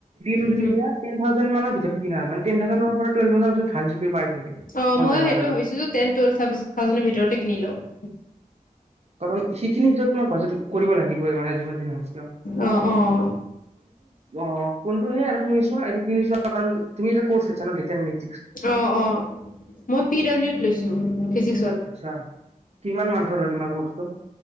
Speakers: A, on the right (about 50°); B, on the left (about 70°).
A: টো যদি
B: উম।
A: কিনা টেন থাউজেনৰ মানৰ ভিতৰত কিনা মানে টেন থাউজেনৰ পৰত <unintelligible> ভাল জি বি পাই থাকে
B: অ
A: মই
B: ময়ো
A: জানাত
B: সেইটো
A: আৰু।
B: ভাবিছো যে টেন টুৱেলভ থাউজেণ্ডৰ ভিতৰতে কিনি লওক
A: কাৰণ সেইখিনি ভিতৰত তোমাক বাজেট কৰিব লাগিবই মানে যিমান জি নহওঁক কিয়
B: অঁ অঁ।
A: অঁ কোনটো নে আৰু তুমি চোৱা এইটো কিনিছোৱা কাৰণ তুমি এটা কৰ্চ লৈছা তেন নিক
B: অ অ মই পি ডাব্লিউত লৈছো ফিজি
A: আচ্ছা কিমান মান্থৰ হয় তোমাৰ কৰ্চটো